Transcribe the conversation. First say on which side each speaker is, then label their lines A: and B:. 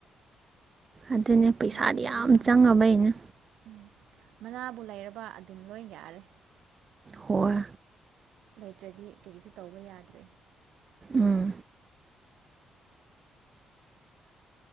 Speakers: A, on the right; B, on the right.
A: ꯑꯗꯨꯅꯦ ꯄꯩꯁꯥꯗꯤ
B: ꯂꯩꯥꯏꯗꯗꯤꯚꯪ꯭ꯔꯦ
A: ꯌꯥꯝ ꯆꯪꯉꯕꯩꯅꯦ
B: ꯎꯝ ꯃꯅꯥꯕꯨ ꯂꯩꯔꯕ ꯑꯗꯨꯝ ꯂꯣꯏ ꯌꯥꯔꯦ
A: ꯍꯣꯏ
B: ꯂꯩꯇ꯭ꯔꯗꯤ ꯀꯔꯤꯁꯨ ꯇꯧꯕ ꯌꯥꯗ꯭ꯔꯦ
A: ꯎꯝ